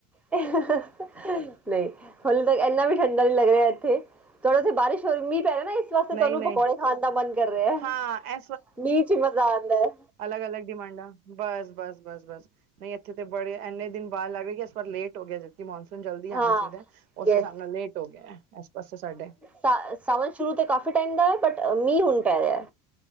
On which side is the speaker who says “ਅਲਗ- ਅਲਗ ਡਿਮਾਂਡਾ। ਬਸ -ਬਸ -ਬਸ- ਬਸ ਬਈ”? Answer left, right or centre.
Right